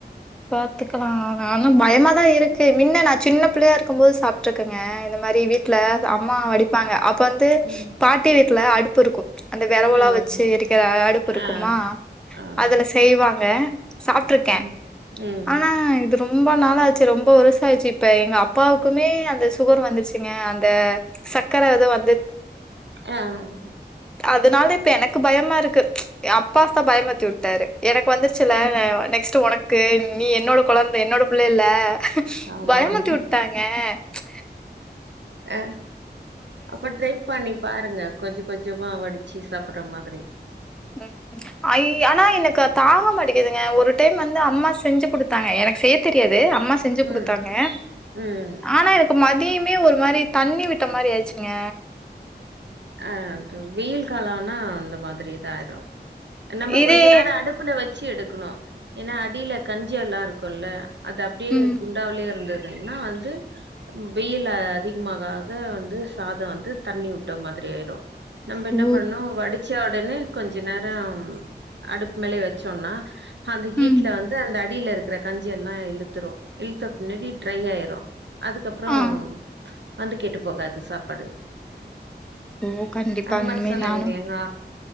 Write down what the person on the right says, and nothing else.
ம்
ம்
ஆ ஆ
ம் ம்
ஆஹ்ஹ்
ஆமாமா
ஆ அப்ப ட்ரை பண்ணி பாருங்க கொஞ்சம் கொஞ்சமா வடிச்சு சாப்பட்ற மாதிரி
ம் ம்
ஆ அது வெயில் காலம்னா அந்த மாதிரி இதாயிரும் நம்ம
கொஞ்ச நேரம் அடுப்புல வச்சு எடுக்க இருக்கணும் ஏன்னா அடில கஞ்சி எல்லாம் இருக்குல அது அப்படியே
குண்டாவுலயே இருந்ததுங்கன்னா வந்து வெயில் அதிகமாக ஆக வந்து சாதம் வந்து தண்ணி உட்டு ட மாதிரியாயிரும் நம்ப என்ன
பண்ணனும் வடிச்சா உடனே கொஞ்ச நேரம் அடுப்பு மேலயே வெச்சோம்னா அந்த ஹீட்டல
வந்து அந்த அடி அடில இருக்கற கஞ்சி எல்லாம் இழுத்துரும் இழுத்த பின்னாடி ட்ரை ஆயிரும் அதுக்கப்புறம்
வந்து கெட்டு போகாது சாப்பாடு
அந்த மாரி
சொல்லுங்களே
இன்னு